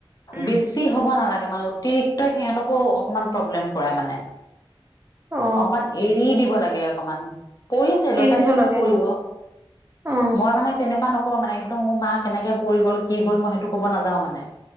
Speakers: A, on the right; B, on the left.
A: উম
B: বেছি হ'ব নালাগে মানে অতিৰিক্ত সিহঁতকো অকমান প্ৰব্লেম কৰে মানে
A: অ
B: অকমান এৰি দিব লাগে অকমান কৰিছে ল'ৰা
A: এৰি
B: ছোৱালী
A: দিব
B: এনেও
A: লাগে
B: পৰিব
A: অ
B: মই মানে তেনেকুৱা নক মানে একদম ম মা কেনেকে পৰি গ'ল কি গ'ল মই সেইটো ক'ব নাযাও মানে